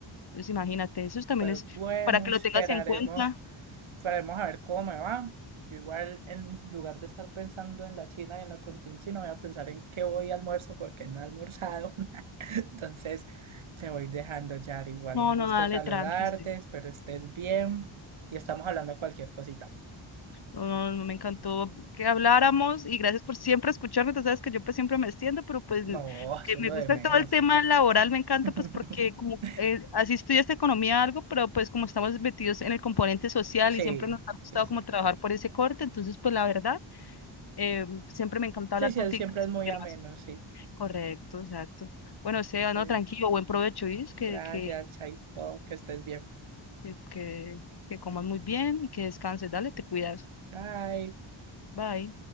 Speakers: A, on the left; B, on the right.
A: Entonces, imagínate, eso también
B: Pues
A: es
B: bueno,
A: para que
B: esperaremos,
A: lo tengas en cuenta.
B: esperaremos a ver cómo me va. Yo igual, en lugar de estar pensando en la China y en la conchinchina, voy a pensar en qué voy a almuerzo porque no he almorzado. <laughs> Entonces, te voy dejando, Yar. Igual
A: No,
B: un gusto
A: no, dale,
B: saludarte,
A: tranqui. este,
B: espero estés bien y estamos hablando de cualquier cosita.
A: No, no, no, me encantó que habláramos y gracias por siempre escucharme. Tú sabes que yo pues siempre me extiendo, pero pues
B: No,
A: eh,
B: eso
A: me
B: es lo
A: gusta
B: de menos.
A: todo el tema laboral, me encanta
B: <laughs>
A: pues porque como eh, así estudiaste economía algo, pero pues como estamos metidos en el componente social
B: Sí,
A: y siempre nos ha gustado
B: sí, sí.
A: como trabajar por ese corte, entonces pues la verdad. Eh, siempre me encanta
B: Sí,
A: hablar
B: sí,
A: contigo
B: siempre
A: de
B: es
A: estos
B: muy
A: temas.
B: ameno, sí.
A: Correcto, exacto. Bueno, sea,
B: Entonces,
A: no, tranquilo, buen provecho, ¿y? Que,
B: Gracias,
A: que,
B: Chaito, que estés bien.
A: que, que, que comas muy bien y que descanses. Dale, te cuidas.
B: Bye.
A: Bye.